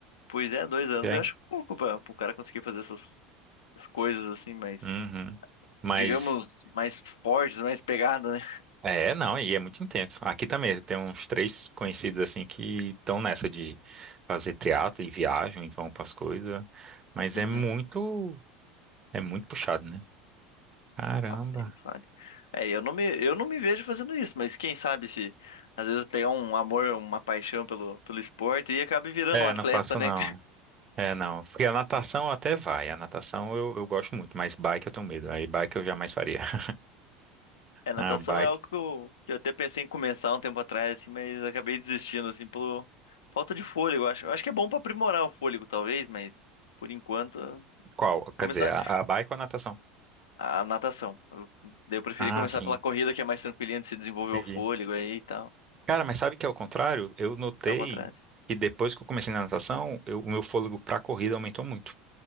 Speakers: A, on the left; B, on the right.
A: Pois é, dois anos
B: Já
A: eu acho pouco pra o cara conseguir fazer essas, essas coisas assim, mais,
B: Uhum. Mas
A: digamos, mais fortes, mais pegada, né?
B: é, não, e é muito intenso. Aqui também tem uns três conhecidos assim que estão nessa de fazer triatlo e viajam e vão para as coisas, mas
A: Uhum.
B: é muito é muito puxado, né? Caramba.
A: Nossa, nem me fale. É, eu não me, eu não me vejo fazendo isso, mas quem sabe se às vezes pegar um amor, uma paixão pelo, pelo esporte e acabe virando
B: É,
A: um atleta,
B: não faço
A: né?
B: não. É, É, não. Porque a natação até vai. A natação eu, eu gosto muito, mas bike eu tenho medo. Aí bike eu jamais faria. <laughs>
A: É, natação
B: Ah, bike.
A: é algo que eu, que eu até pensei em começar um tempo atrás, assim, mas acabei desistindo, assim, pelo falta de fôlego, eu acho. Eu acho que é bom pra aprimorar o fôlego, talvez, mas por enquanto,
B: Qual? Quer
A: começar
B: dizer, a, a bike ou a natação?
A: a natação. Eu, daí eu preferi
B: Ah,
A: começar
B: sim.
A: pela corrida, que é mais tranquilinha de se desenvolver
B: Entendi.
A: o fôlego aí e tal.
B: Cara, mas sabe que é o contrário? Eu notei
A: É o contrário.
B: que depois que eu comecei na natação, eu- o meu fôlego pra corrida aumentou muito.